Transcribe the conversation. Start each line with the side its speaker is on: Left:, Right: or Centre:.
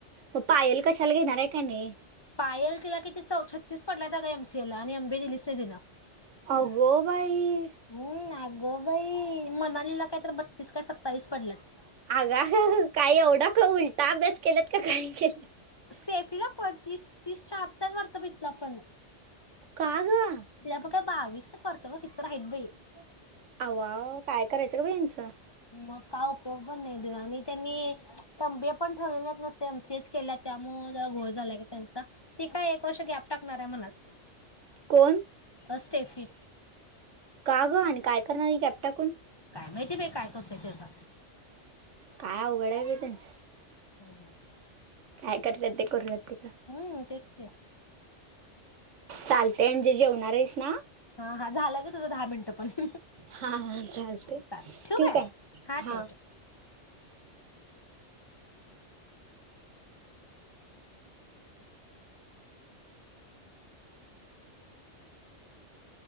Right: मग पायल कशाला घेणार आहे का नाही?
Left: पायल तिला किती -च छत्तीस पडल्यात अगं एमसीए ला आणि एमबीए दिलीच नाही तिं हम्म..
Right: अगो बाई
Left: आग बाई.... <unintelligible> मनालीला काय तर बत्तीस काय सत्तावीस पडल्यात.
Right: अगायाय.. काही एवढा का उल्टाअभ्यास केलात? का काही केल्यात? <inaudible>
Left: सेफीला पण तीस- तीस आतच आहेत वाटत तिला पण?
Right: का ग?
Left: तिला पण काय बावीस का वर किती तर आहेत बाई <inaudible>
Right: अवा काय करायचं का बाई यांचं
Left: मग का उपयोग पण नाही दे <unintelligible> आणि त्यांनी एमबीए पण ठेवलेल नाहित एमसीएसच केल्यात. त्यामुळे जरा घोळ झालाय ग त्यांचा. ते काय एक वर्ष गॅप टाकणार आहे म्हणालती.
Right: कोण
Left: अ स्टेफी..
Right: का ग? आणि काय करणारी गॅप टाकून?
Left: काय माहिती बाई काय करतोय तो आता?
Right: काय अवघड आहे बाई त्यांच.
Left: हम.
Right: काय करतात ते करून देत.
Left: हम्म तेच की
Right: चालते अंजू जेवणार आहेस ना?
Left: हा हा झाल घे तुझं दहा मिनिटं पण.
Right: हा हा चालतय
Left: चालेल ठेवू
Right: ठेऊ काय? हा.
Left: ठेव ठेव.